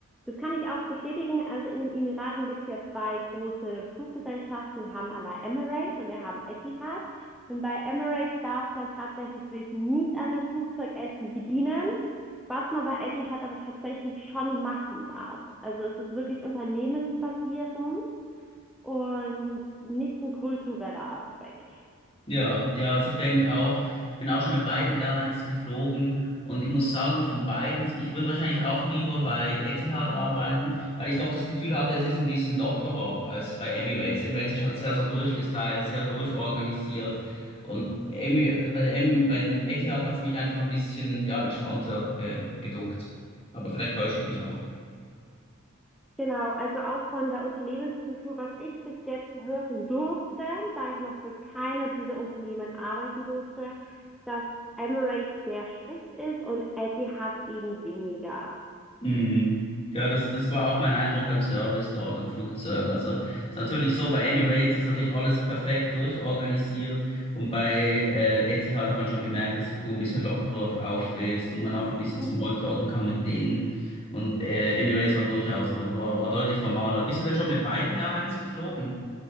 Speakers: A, in the centre; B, on the left.
A: Das kann ich auch bestätigen. Also in den Emiraten gibt es ja zwei große Fluggesellschaften. Wir haben einmal Emirates und wir haben Etihad. Und bei Emirates darf man tatsächlich sich nicht an einem Flugzeugessen bedienen, was man bei Etihad aber tatsächlich schon machen darf. Also es ist wirklich unternehmensbasierend und nicht ein kultureller Aspekt.
B: Ja, ja, also ich denke auch, ich bin auch schon mit beiden Airlines geflogen und ich muss sagen, von beiden, ich würde wahrscheinlich auch lieber bei Etihad arbeiten, weil ich doch das Gefühl hatte, es ist ein bisschen lockerer als bei Emirates. Emirates ist halt sehr so durchgestylt, sehr durchorganisiert und Emi, bei der Em, bei den Etihad hat es mich einfach ein bisschen, ja, entspannter, äh, gedunkt. Aber vielleicht täusche ich mich auch.
A: Genau, also auch von der Unternehmenskultur, was ich bis jetzt hören durfte, da ich noch für keiner dieser Unternehmen arbeiten durfte, dass Emirates sehr strikt ist und Etihad eben weniger.
B: Mhm. Ja, das, das war auch mein Eindruck beim Service dort am Flugzeug. Also ist natürlich so, bei Emirates ist natürlich alles perfekt durchorganisiert und bei äh, Etihad hat man schon gemerkt, dass die Crew ein bisschen lockerer drauf ist und man auch ein bisschen
A: Mhm.
B: Smalltalken kann mit denen. Und äh, Emirates war durchaus, war, war deutlich formaler. Bist du denn schon mit beiden Airlines geflogen?